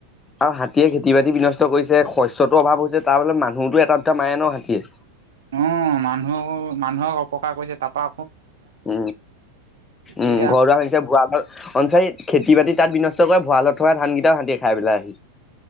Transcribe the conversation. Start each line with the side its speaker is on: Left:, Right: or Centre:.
Left: আৰু হাতীয়ে খেতি বাতি বিনষ্ট কৰিছে শস্যতো অভাৱ হৈছে তাৰ বত মানুহতো এটা উ মাৰে ন হাতীয়ে
Right: অ' মানুহ মানুহক অপকাৰ কৰিছে তাৰপৰা
Left: উম
Right: তেতিয়া
Left: উম ঘৰুৱা হৈছে ভুৱা অঞ্চাৰিত খেতি বাতি তাত বিনষ্ট কৰা ভঁৰালত থকা ধানকেইটাও হাতিয়ে খাই পেলাই আহি